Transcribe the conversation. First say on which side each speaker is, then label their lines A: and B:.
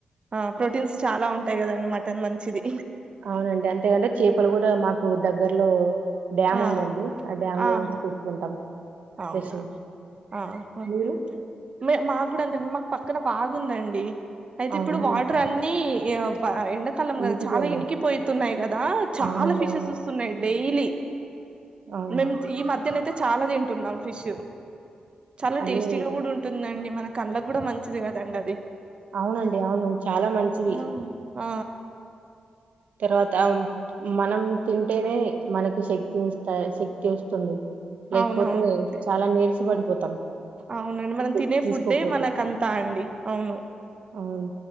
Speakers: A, on the right; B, on the right.
A: ఆ ప్రోటీన్స్ చాలా ఉంటాయి కదండీ మటన్ మంచిది
B: అవునండి అంతేకంటే చేపలు కూడా మాకు దగ్గర్లో డ్యామ్
A: ఆ
B: ఉందండి ఆ డ్యామ్
A: ఆహా
B: లో నుంచి తెచ్చుకుంటాం
A: అవునా
B: ఫ్రెష్‌వి.
A: ఆహా
B: మీరు?
A: మే మాకు కూడా అంతే మాకు పక్కన బాగుందండి అయితే
B: అవునా
A: ఇప్పుడు
B: అండి.
A: వాటర్ అన్ని ఈగ వా ఎండాకాలం కదా
B: ఇంకిపోయినయి.
A: చాలా ఇనికిపోయితున్నాయి కదా చాలా
B: అవునండి.
A: ఫిషెస్
B: అవును.
A: వస్తున్నాయి డైలీ
B: అవును.
A: మీమ్ తి ఈ మధ్యనే అయితే చాలా తింటున్నాం ఫిష్ చాలా
B: అయ్యో!
A: టేస్టీగా
B: ఇ-
A: కూడా ఉం డి మన కళ్ళకి కూడా మంచిది కదండి అది
B: అవునండి అవును చాలా మంచివి
A: ఆ ఆ
B: తర్వాత మనం తింటేనే మనకు శక్తినిస్తాయి శక్తి వస్తుంది లేకపోతే
A: అవునవునండి
B: చాలా నిరస ష్ పడిపోతాం
A: అవునండి
B: ఫుడ్డు
A: మనం తినే
B: తీసుకోకపోతే.
A: ఫుడ్డే మనకు అంతా అండి అవును
B: అవును.